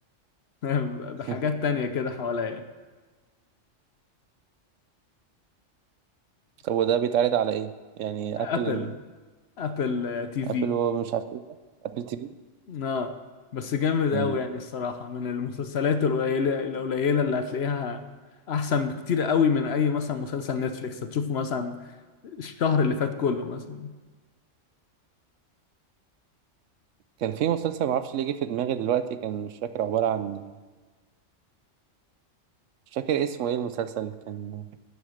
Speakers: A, on the left; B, on the right.
A: <laughs>
B: <laughs>
A: بحاجات تانية كده حواليا
B: طب وده بيتعرض على ايه يعني
A: <laughs> أبل
B: ابل
A: أبل تي
B: ابل
A: في
B: ومش عارف ايه ده ابل تي في
A: اه بس جامد
B: مم.
A: قوي يعني الصراحة من المسلسلات القليلة القليلة اللي هتلاقيها أحسن بكتير قوي من أي مثلا مسلسل نتفليكس هتشوفه مثلا الشهر اللي فات كله مثلا
B: كان في مسلسل معرفش ليه جه في دماغي دلوقتي كان مش فاكر عباره عن مش فاكر اسمه ايه المسلسل كان